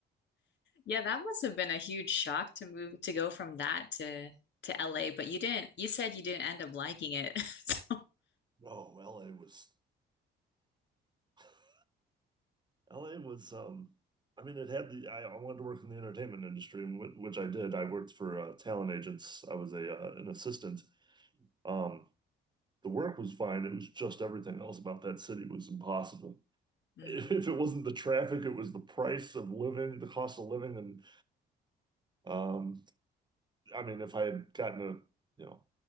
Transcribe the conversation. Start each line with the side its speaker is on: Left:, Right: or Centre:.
Left: Yeah, that must have been a huge shock to move to go from that to to LA, but you didn't, you said you didn't end up liking it. <laughs> So,
Right: No, LA was <sighs> LA was um I mean it had the I, I wanted to work in the entertainment industry and wh which I did. I worked for uh, talent agents. I was a uh, an assistant. Um the work was fine. It was just everything else about that city was impossible.
Left: mm.
Right: <laughs> If it wasn't the traffic, it was the price of living, the cost of living and um I mean if I had gotten a you know